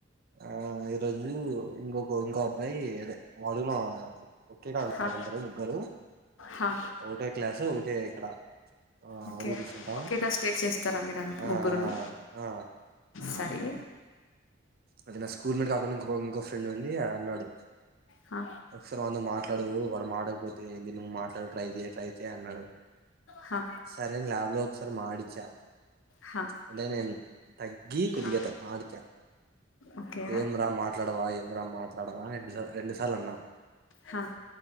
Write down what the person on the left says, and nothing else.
హా
హా
ఓకే
ఒకెదా స్టే చేస్తారా మీరుంత
ముగ్గురు ను
సరే
హా
హా
హా
హా.
ఓకే
హా